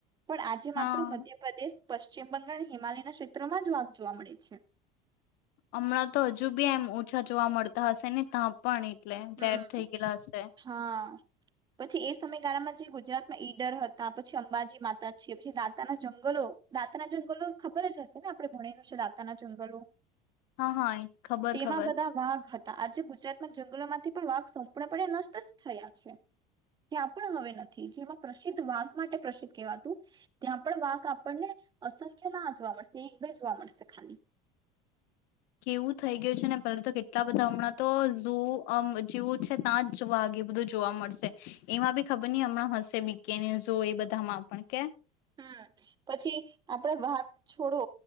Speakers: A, on the right; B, on the left.
A: પણ આજે
B: હા
A: માત્ર મધ્યપ્રદેશ પશ્ચિમ બંગાળ હિમાલયના ક્ષેત્રોમાં જ વાધ જોવા મળે છે
B: હમણાં તો હજુ બી એમ ઓછા જોવા મળતા હશે ને ત્યાં પણ એટલે
A: હમ
B: રેર થઈ ગયેલા હશે.
A: હા પછી એ સમય તારામાં જે ગુજરાતમાં ઈડર હતા પછી અંબાજી માતા છે પછી દાતાના જંગલો દાતાના જંગલો ખબર જ હશે ને આપણે ભણેલું છે દાતાના જંગલો
B: હા હા ખબર
A: તેમાં
B: ખબર
A: બધા વાઘ હતા આજે ગુજરાત જંગલોમાં ત્યાં થી પણ વાધ સંપૂર્ણ પણે નષ્ટ જ થયા છે ત્યાં પણ હવે નથી જેમાં પ્રસિદ્ધ વાઘ માટે પ્રસિદ્ધ કેવાતું ત્યાં પણ વાધ આપણને અસર કેમાં જોવા મળશે બે જોવા મળશે ખાલી
B: કેવું થઈ ગયું છે ને પહેલા તો કેટલા બધા હમણાં તો જોવ અમ જેવું છે ત્યાં જ વાગે બધું જોવા મળશે એમાં બી ખબર નહી હમણાં હશે બીકેને જો એ બધામાં પણ કે
A: હમ પછી આપણા વાગ છોડો